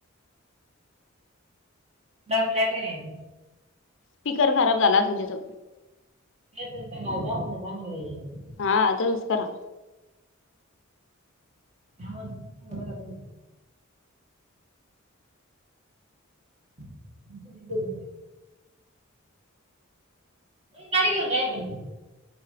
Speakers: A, on the right; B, on the left.
A: का प्ले <unintelligible> टे नाही
B: स्पीकर खराब झाला असलं तेचा.
A: हेच दख ना जाये <inaudible>
B: हा तसंच करा.
A: हला <inaudible> <unintelligible> <inaudible> तो घुम <inaudible> म गाडी घेन <inaudible> राहिलण